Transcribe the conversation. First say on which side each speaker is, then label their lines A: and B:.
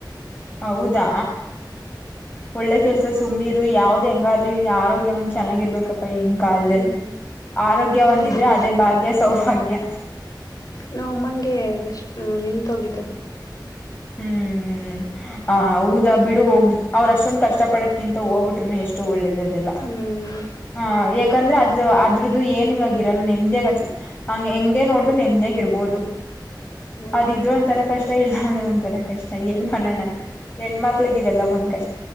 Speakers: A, on the left; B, on the left.
A: ಹ
B: ಹೌದಾ ಒಳ್ಳೆ ಕೆಲಸ ಸುಮ್ಮ್ ನೀರು ಯಾವ್ದು ಹೆಂಗಾರಲಿ ಇಲ್ಲಿ ಆರೋಗ್ಯ ಒಂದು ಚೆನ್ನಾಗಿರ್ಬೇಕಪ್ಪ ಗಿನ ಕಾಲದಲ್ಲಿ
A: ಹ್ಮ್
B: ಆರೋಗ್ಯ
A: ಅದು
B: ಒಂದಿದ್ರೆ ಅದೇ ಭಾಗ್ಯ ಸೌಭಾಗ್ಯ
A: ನಾ ಅಮ್ಮಗೆ ಅಷ್ಟ ನಿತ್ ಹೋಗಿಟ್ಟದು
B: ಹ್ಮ್ ಹ ಹೌದಾ ಬಿಡು ಹೋಗ್ಲಿ ಅವ್ರ ಅಷ್ಟೊಂದ ಕಷ್ಟ ಪಡದಕಿಂತ ಹೋಗಬಿಟ್ರೆನೆ ಎಷ್ಟು ಒಳ್ಳೇದು
A: ಹ್ಮ್
B: ಹ ಯಾಕಂದ್ರೆ ಅದು ಅದ್ರ್ದು ಏನ್ ಇವಾಗಿ ಇರಲ್ಲ ನಿಮ್ದೇಸಿ ಹಂಗ ಹೆಂಗಗೆ ನೋಡಿದ್ರು ನಿಮ್ದೇಾಗ ಇರ್ಬೋದು
A: ಹೌದು
B: ಅದಿದ್ರು ಒಂತರ ಕಷ್ಟ ಸ್ಟೈಲ್ ಅಂದ್ರ ಒ ತರ ಕಷ್ಟ ಏನ್
A: ಹ್ಮ್
B: ಮಾಡೋಣ ಹೆಣ್ಮತ್ <unintelligible> ಲ್ಲ ಒಂದ್ ಕ